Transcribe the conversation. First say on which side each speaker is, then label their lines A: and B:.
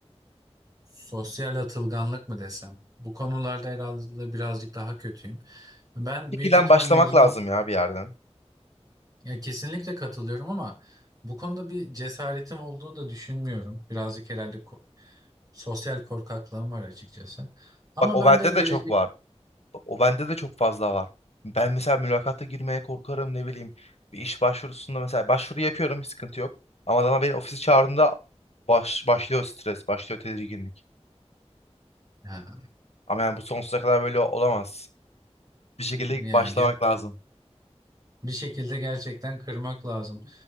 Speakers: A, on the right; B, on the left.
A: Sosyal atılganlık mı desem? Bu konularda herhalde birazcık daha kötüyüm. Ben
B: Fikirden
A: büyük ihtimal
B: başlamak
A: mezun
B: lazım
A: ol.
B: ya bir yerden.
A: Ya kesinlikle katılıyorum ama bu konuda bir cesaretim olduğunu da düşünmüyorum. Birazcık herhalde ko- sosyal korkaklığım var açıkçası. Ama
B: Bak o
A: ben
B: bende
A: de gelecek
B: de çok var. Bak, o bende de çok fazla var. Ben mesela mülakata girmeye korkarım ne bileyim. Bir iş başvurusunda mesela başvuru yapıyorum hiç sıkıntı yok. Ama adama beni ofisi çağırdığında baş, başlıyor stres, başlıyor tedirginlik.
A: ha,
B: Ama yani bu sonsuza kadar böyle olamaz. Bir şekilde
A: ya
B: başlamak lazım.
A: Bir şekilde gerçekten kırmak lazım.